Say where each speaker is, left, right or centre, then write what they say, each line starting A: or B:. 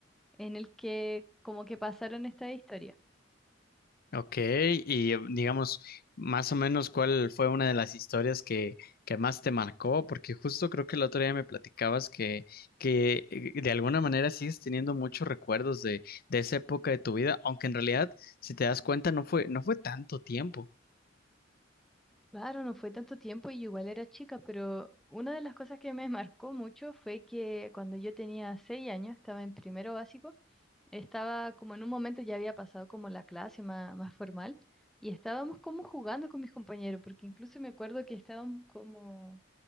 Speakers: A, in the centre; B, on the left.
A: en el que como que pasaron esta historia.
B: Ok, y eh, digamos, más o menos, ¿cuál fue una de las historias que, que más te marcó? Porque justo creo que el otro día me platicabas que, que eh, de alguna manera sigues teniendo muchos recuerdos de, de esa época de tu vida, aunque en realidad, si te das cuenta, no fue, no fue tanto tiempo.
A: Claro, no fue tanto tiempo y igual era chica, pero una de las cosas que me <laughs> marcó mucho fue que cuando yo tenía seis años, estaba en primero básico, estaba como en un momento ya había pasado como la clase más, más formal y estábamos como jugando con mis compañeros, porque incluso me acuerdo que estábamos como,